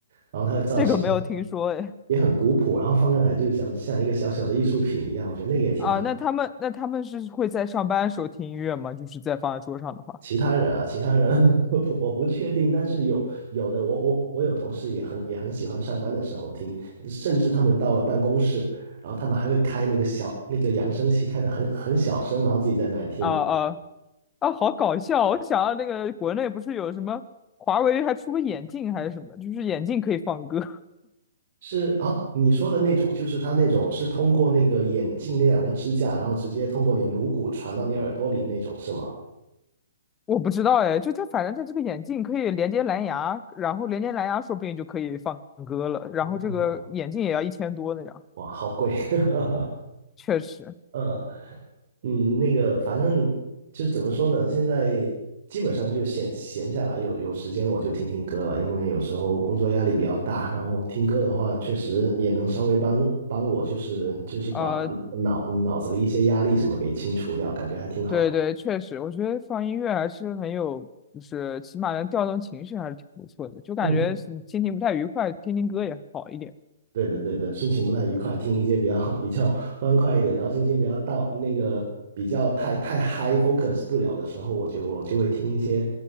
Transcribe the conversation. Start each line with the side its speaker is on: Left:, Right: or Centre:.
Right: 然后它的造型
Left: 这个没有听说诶。
Right: 也很古朴，然后放在那里就像像一个小小的艺术品一样，我觉得那个也挺好。
Left: 啊，那他们那他们是会在上班的时候听音乐吗？就是在放在桌上的话，
Right: 其他人啊，其他人 <laughs> 我我不确定，但是有有的我我我有同事也很也很喜欢上班的时候听，甚至他们到了办公室，然后他们还会开那个小那个扬声器，开的很很小声，然后自己在那里听。
Left: 啊啊啊，好搞笑！我想到那个国内不是有什么华为还出个眼镜还是什么，就是眼镜可以放歌，
Right: 是啊，你说的那种，就是他那种是通过那个眼镜那两个支架，然后直接通过你颅骨传到你耳朵里那种，是吗？
Left: <laughs> 我不知道哎，就它反正它这个眼镜可以连接蓝牙，然后连接蓝牙说不定就可以放歌了，然后这个眼镜也要一千多那样，
Right: 哦，哇，好贵。<laughs>
Left: 确实，
Right: 嗯，嗯，那个反正就是怎么说呢，现在基本上就闲闲下来有有时间我就听听歌了，因为有时候工作压力比较大，然后听歌的话确实也能稍微帮帮我，就是就是把把脑脑子里一些压力什么给清除掉，
Left: 呃，
Right: 感觉还挺好。
Left: 对对，确实，我觉得放音乐还是很有，就是起码能调动情绪，还是挺不错的。就感觉是你心情不太愉快，
Right: 嗯。
Left: 听听歌也好一点。
Right: 对的，对的，心情不太愉快，听一些比较 <laughs> 比较欢快一点，然后心情比较到那个比较太太 high focus 不了的时候，我就我就会听一些